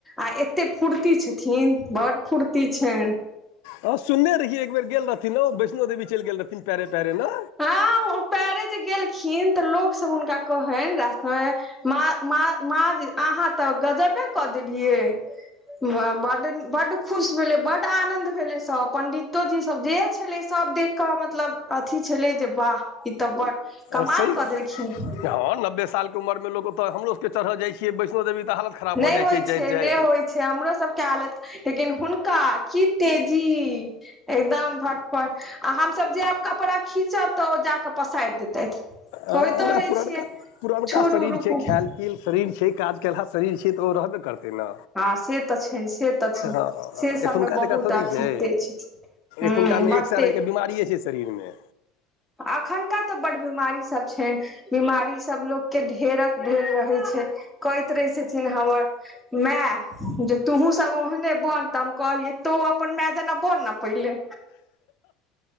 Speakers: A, in the centre; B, on the left (about 75°).
A: आ एते फूर्ती छथिन बड्ड फूर्ती छै
B: हँ सुनने रहियै एक बेर गेल रहथिन ओ वैष्णो देवी चलि गेल रहथिन पैरे पैरे न
A: हँ पैरे जे गेलखिन त लोक सभ हुनका कहैन रास्ता मे माँ माँ माँ अहाँ तऽ गजबे कऽ देलियै बड्ड हँ बड्ड खुश भेलै बड्ड आनंद भेलै सभ पंडितो जी सब जे छलै सभ सब देख कऽ मतलब अथी छलै जे वाह ई तऽ बड़ कमाल
B: सही
A: कऽ देलखिन
B: हँ नब्बे सालके उमरमे लोक ओतऽ हमरोसभके चढ़ल जाइ छियै वैष्णो देवी तऽ हालत खराब
A: नै
B: भऽ जाइ
A: होइ छै
B: जाइत जाइत
A: नै होइ छै हमरो सभके हालत लेकिन हुनका की तेजी एकदम फर फर आ हमसभ जे आब कपड़ा खीचब तऽ ओ जाकऽ पसारि देतैथ
B: हँ
A: कहितो
B: उएह
A: रहै
B: पुरनका
A: छियै
B: पुरनका
A: छोड़ू
B: शरीर
A: रुकू
B: छै खायल पियल शरीर छै काज केलहा शरीर छिय तऽ ओ रहबे करतै ना
A: हँ से तऽ छै से तऽ छै
B: हँ
A: से सबमे
B: एखुनका
A: बहुत
B: जकाँ थोड़ी
A: अथी
B: छै
A: तेज छथिन
B: एखुनका
A: हूँ
B: मे
A: बड
B: एक सै रंगकेँ बिमारिये छै शरीरमे
A: अखुनका तऽ बड्ड बीमारी सभ छै बीमारी सभ लोक केँ ढेरक ढेर रहैत छै कहैत रहै छथिन हमर मै जे तुहूँ सब ओहने बन तऽ हम कहलियै तू अपन मै जेना बन ना पहिले